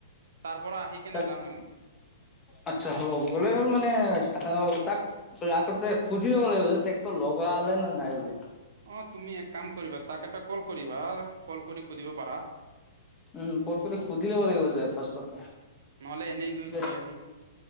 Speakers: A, on the right; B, on the left.
A: তাৰ পৰা আহি কেনে
B: তেত
A: যাম আমি
B: আচ্ছা হ'ব গ'লে হ'ল মানে অহ তাক তই আগতে সুধি ল'ব লাগিব যে ট্ৰেক্টৰ লগালে নে নাই বোলে
A: অ তুমি এক কাম কৰিবা তাক এটা কল কৰিবা কল কৰি সুধিব পাৰা
B: উম কল কৰি সুধি ল'ব লাগিব যে ফাৰ্ষ্টতে
A: নহলে এনেই গৈ
B: য়েছ
A: ঘূৰি আহিম